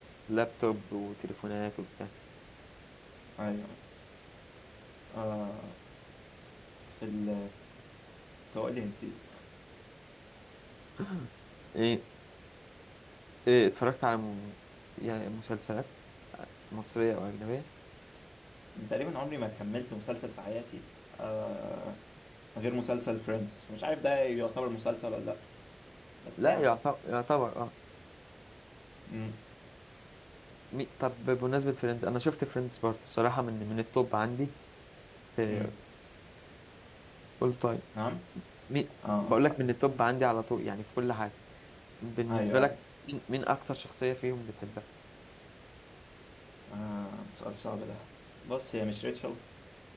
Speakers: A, on the left; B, on the left.
A: لابتوب وتليفونات وبتاع
B: ايوه آه في ال كنت هقول لي نسيت
A: <clears throat> <laughs> إيه إيه اتفرجت على م... يعني مسلسلات آه، مصرية أو أجنبية
B: تقريبا عمري ما كملت مسلسل في حياتي آه غير مسلسل فريندز مش عارف ده يعتبر مسلسل ولا لا بس
A: لا
B: يعني
A: يعتبر يعتبر اه
B: امم
A: مي... طب بمناسبة فريندز أنا شفت فريندز برضه صراحة من من التوب عندي في
B: امم
A: أول تايم
B: نعم
A: مين
B: اه آه.
A: بقول لك من التوب عندي على طول يعني في كل حاجة بالنسبة
B: ايوه
A: لك
B: ايوه
A: مين, مين أكتر شخصية فيهم بتحبها
B: آه سؤال صعب ده بص هي مش ريتشل